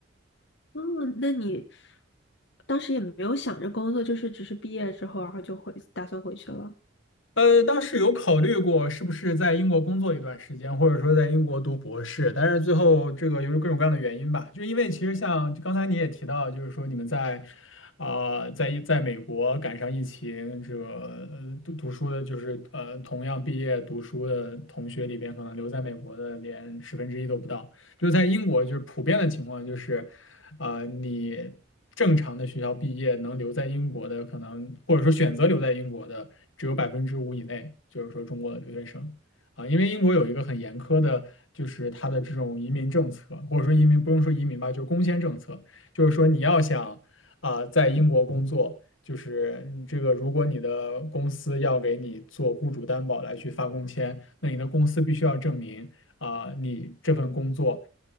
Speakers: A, on the left (about 60°); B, on the left (about 80°).
A: 哦，那你当时也没有想着工作，就是只是毕业之后，然后就回，打算回去了。
B: 呃，当时有考虑过是不是在英国工作一段时间，或者说在英国读博士，但是最后这个由于各种各样的原因吧，就因为其实像刚才你也提到，就是说你们在啊、在一在美国赶上疫情，这个呃读读书的，就是呃同样毕业读书的同学里边，可能留在美国的连十分之一都不到，就是在英国就是普遍的情况就是。呃，你正常的学校毕业能留在英国的，可能或者说选择留在英国的，只有百分之五以内，就是说中国的留学生啊，因为英国有一个很严苛的，就是它的这种移民政策，或者说移民不用说移民吧，就是工签政策，就是说你要想啊，在英国工作。就是你这个，如果你的公司要给你做雇主担保来去发工签，那你的公司必须要证明啊、你这份工作